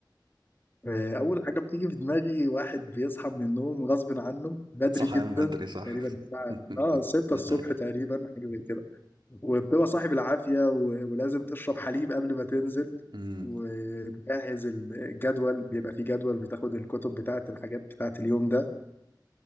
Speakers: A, on the left (about 25°); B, on the right (about 75°).
A: آه، أول حاجة بتيجي في دماغي واحد بيصحى من النوم غصب عنه بدري
B: صحيان
A: جدا
B: بدري صح
A: تقريبا الساعة اه
B: <laughs>
A: 6 الصبح تقريبا حاجة زي كده وبتبقى صاحب العافية و- ولازم تشرب حليب قبل ما تنزل
B: امم
A: وتجهز الجدول بيبقى فيه جدول بتاخد الكتب بتاعة الحاجات بتاعة اليوم ده